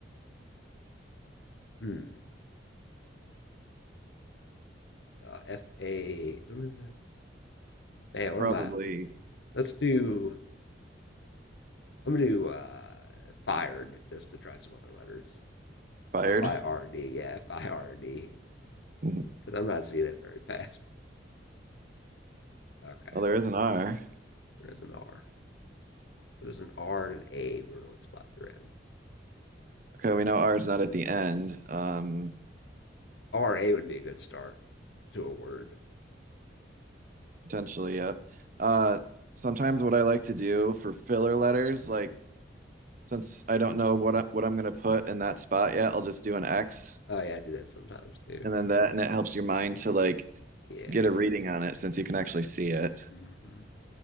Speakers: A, on the left; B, on the right.
A: hmm, uh, F A. What is that? Man, what
B: Probably
A: am I? Let's do. I'm gonna do uh, fired just to try some other letters.
B: fired.
A: F I R D. Yeah, F I R D.
B: <laughs>
A: Because I'm not seeing it very fast. Okay,
B: Oh, there is an R.
A: there's an R. So there's an R and an A. We don't know what spot they're in.
B: Okay, we know R is not at the end. Um,
A: R A would be a good start to a word.
B: potentially, yep. Yeah. Uh, sometimes what I like to do for filler letters, like since I don't know what I, what I'm gonna put in that spot yet, I'll just do an X
A: Oh yeah, I do that sometimes too.
B: and then that, and it helps your mind to like
A: Yeah.
B: get a reading on it since you can actually see it.
A: hmm